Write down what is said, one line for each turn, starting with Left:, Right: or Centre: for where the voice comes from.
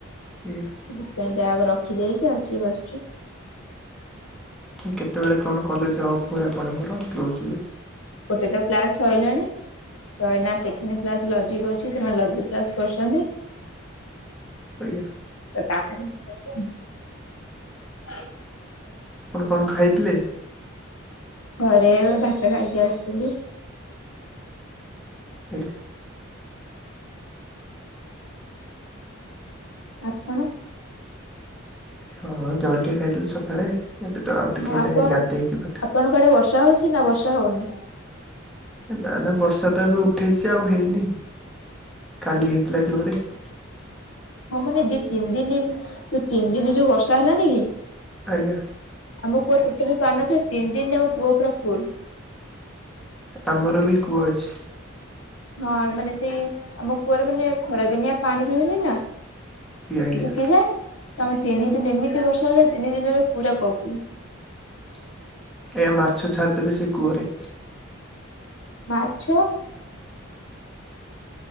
Centre: <inaudible>
Left: ସେଥିପାଇଁ ବ୍ୟାଗ ରଖିଦେଇକି ଆସିିକି ବସିଛୁ।
Centre: କେତେବେଳେ କଣ କଲେଜ ଅଫ୍ ହୁଏ ଆପଣଙ୍କର କ୍ଲୋଜ୍ ହୁଏ।
Left: ଗୋଟେ ତ କ୍ଲାସ ସଇଲାନି। ତ ଏଇନା ସେକେଣ୍ଡ କ୍ଲାସ୍ ଲଜିକ ଅଛି ସେମାନେ ଲଜିକ କ୍ଲାସ୍ କରୁଛନ୍ତି।
Centre: ଆଜ୍ଞା।
Left: <unintelligible>
Centre: ଆପଣ କଣ ଖାଇଥିଲେ?
Left: ଘରେ ଏବେ ଭାତ ଖାଇକି ଆସିଥିଲି।
Centre: ହୁଁ।
Left: ଆପଣ।
Centre: ହଁ ଜଳକିଆ ଖାଇଥିଲି ସକାଳେ ଏବେ ତ ଆଉ ଟିକେ
Left: ହଁ
Centre: ହେଲେ
Left: ଆପଣ
Centre: ଗାଧେଇକି ପି
Left: ଆପଣଙ୍କ ଆଡେ ବର୍ଷା ହଉଛି ନା ବର୍ଷା ହଉନି।
Centre: ନା ନା ବର୍ଷା ତ ଏବେ ଉଠେଇଛି ଆଉ ହେଇନି କାଲି ହେଇଥିଲା ଜୋରେ।
Left: ହଁ ମାନେ ଦି ତିନି ଦିନ ଯୋଉ ତିନି ଦିନ ଯୋଉ ବର୍ଷା ହେଲାନି କି।
Centre: ଆଜ୍ଞା।
Left: ଆମ କୁଅର ଟୋଟେଲି ପାଣି ନଥାଏ ତିନି ଦିନରେ ଆମ କୁଅ ପୁରା ଫୁଲ।
Centre: ଆମର ବି କୂଅ ଅଛି।
Left: ହଁ ମାନେ ସେଇ ଆମ କୂଅରେ ମାନେ ଖରାଦିନିଆ ପାଣି ରହେନି ନା।
Centre: ଆଜ୍ଞା ଆଜ୍ଞା
Left: ଶୁଖିଯାଏ ତମେ ତିନି ଦିନ ଏମିତି ବର୍ଷା ହେ ତିନି ଦିନରେ ପୁରା କବୁ।
Centre: ଏ ମାଛ ଛାଡିଦେବେ ସେଇ କୂଅରେ।
Left: ମାଛ।